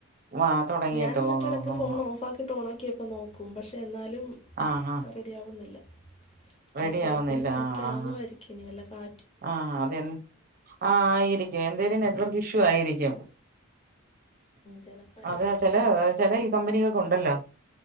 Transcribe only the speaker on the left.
ഞാൻ എന്നിട്ടിടക്ക്
ഫോൺ ഓഫ് ആക്കിട്ട് ഓൺ ആക്കിയൊക്കെ നോക്കും പക്ഷെ എന്നാലും
ശെരിയാവുന്നില്ല,
ആ ചിലപ്പോക്കെ
ആകുമായിരിക്കും, വല്ല കാ
ചിലപ്പോൾ ആയിരിക്കും